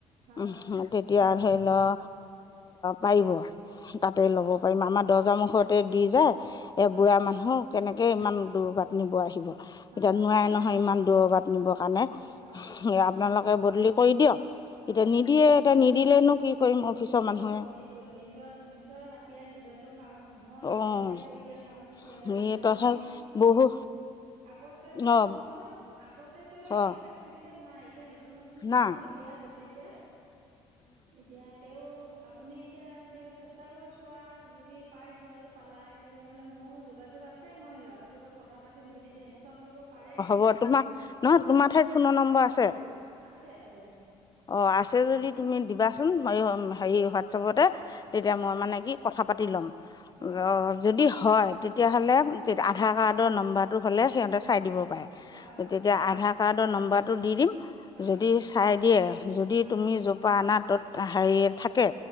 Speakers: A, on the right; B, on the left.
A: হয়
B: উ তেতিয়া ধৰি লও পাৰিব তাতে ল'ব পাৰিম আমাৰ দৰ্জা‌ মুখতে দি যায় এয়া
A: হয়
B: বুঢ়া মানুহ কেনেকে ইমান দূৰ বাট নিব আহিব এতিয়া
A: হয় হয়
B: নোৱাই নহয় ইমান দূৰ বাট নিবৰ কাৰণে
A: হয় হয়
B: আপোনালোকে বদলি কৰি দিয়ক
A: হয়
B: এতিয়া নিদিয়ে এতিয়া নিদিলে নো কি কৰিম অফিচৰ
A: কি কৰিব
B: মানুহে
A: সেইটোৱে নিজৰ নিজৰ হাঠিয়াৰ নিজৰো কামো নহয় অ' এতিয়া
B: অঁ
A: লোকে কৰি দিয়া কাম যেতিয়া আৰু
B: এই
A: এতিয়া আপুনি
B: তথা বহু
A: আগতেটো
B: অঁ
A: শুনকচোন আগতেতো এইবিলাক
B: অঁ
A: চিষ্টেম নাই এতিয়া নতুন নতুন চিষ্টেম
B: নাই
A: এতিয়াহে বদলিছে এতিয়া তেও আপুনি এতিয়া তেও চেষ্টা কৰি ছোৱা আৰু যেতিয়া পাই যোৱাটো পালাই তেনেহ'লে মোৰো যোগাযোগ আছে মই ল'ৰাটোৰ লগত কথা পাতিম যদি ট্ৰেন্ঞ্চফাৰ কৰিব পাৰে
B: বৰ্তমান নহয় তোমাৰ ঠাইত ফোনৰ নম্বৰ আছে
A: আছে আছে
B: অ' আছে যদি তুমি দিবাচোন হেৰি হোৱাটছএপতে তেতিয়া
A: হয়
B: মই মানে কি কথা পাতি ল'ম
A: হয়
B: অ' যদি হয় তেতিয়া হ'লে আধাৰ কাৰ্ডৰ নম্বৰটো হ'লে সিহঁতে চাই দিব পাৰে
A: হয় হয়
B: তেতিয়া
A: হয়
B: আধাৰ কাৰ্ডৰ নম্বাৰটো দি দিম
A: হয়
B: যদি চাই দিয়ে যদি
A: হয়
B: তুমি জৰ পৰা অনা ত'ত হেৰি থাকে